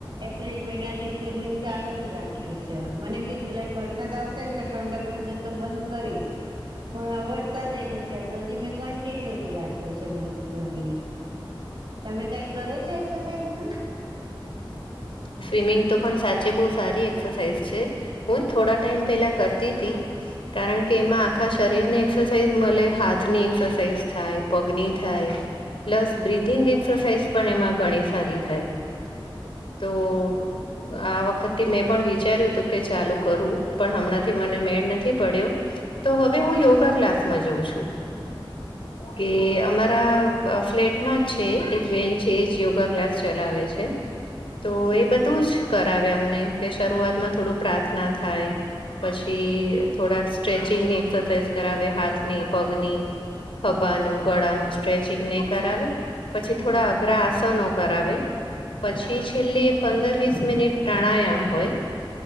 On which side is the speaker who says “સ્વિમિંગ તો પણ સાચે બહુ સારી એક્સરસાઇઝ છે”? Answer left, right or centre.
Left